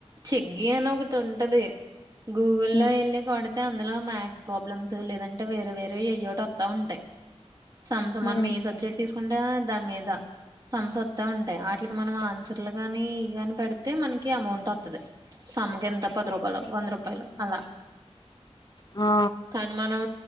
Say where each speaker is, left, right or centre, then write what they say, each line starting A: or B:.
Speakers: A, on the right; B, on the left.
A: చెగ్గి అని ఒకటి ఉంటది గూగుల్లో
B: ఉమ్,
A: వెళ్ళి కొడ అయితే అందులో మ్యాద్స్ ప్రాబ్లమ్స్ లేదంటే వేరే వేరే అయ్యోటి వత్త ఉంటాయి సంస్ మనం
B: ఉమ్.
A: ఏ సబ్జెక్ట్ తీసుకుంటే దాని మీద సంస్ వత్తా ఉంటాయి ఆటిలకి మనం ఆన్ సర్లు కాని ఇ గాని పెడితే మనకి అమౌంట్ వత్తది సమ్మకి ఎంత పది రూపాయలు వంద రూపా పాయలు అలా
B: ఆ
A: కానీ మనం